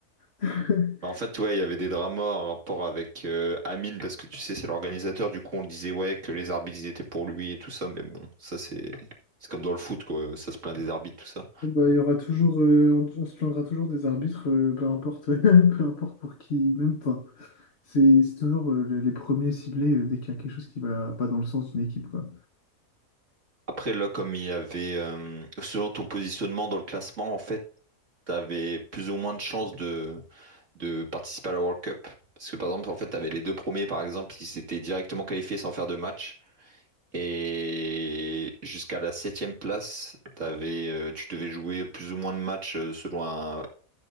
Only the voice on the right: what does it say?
En fait, ouais, il y avait des dramas en rapport avec euh, Amine, parce que tu sais, c'est l'organisateur. Du coup, on disait, ouais, que les arbitres, ils étaient pour lui et tout ça. Mais bon, ça, c'est. C'est comme dans le foot, quoi. Ça se plaint des arbitres, tout ça.
Après, là, comme il y avait. euh, selon ton positionnement dans le classement, en fait, t'avais plus ou moins de chances de de participer à la World Cup. Parce que par exemple, en fait, t'avais les deux premiers, par exemple, ils s'étaient directement qualifiés sans faire de match. Et jusqu'à la septième place, t'avais, euh, tu devais jouer plus ou moins de matchs euh, selon un,